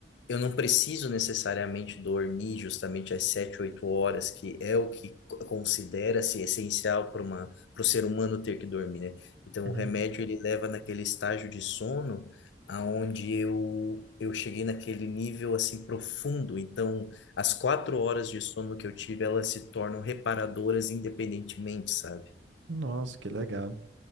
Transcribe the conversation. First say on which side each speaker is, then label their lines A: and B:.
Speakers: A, on the left; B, on the right.
A: eu não preciso necessariamente dormir justamente às sete, oito horas, que é o que co- considera-se essencial para uma, para o ser humano ter que dormir, né? Então,
B: Uhum.
A: o remédio ele leva naquele estágio de sono aonde eu eu cheguei naquele nível assim profundo. Então, as quatro horas de sono que eu tive, elas se tornam reparadoras independentemente, sabe?
B: Nossa, que legal.